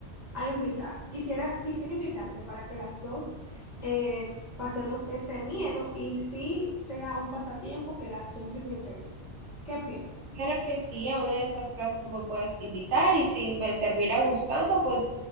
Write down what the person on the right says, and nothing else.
Claro que sí, a una de esas clases tú me puedes invitar y si me termina gustando, pues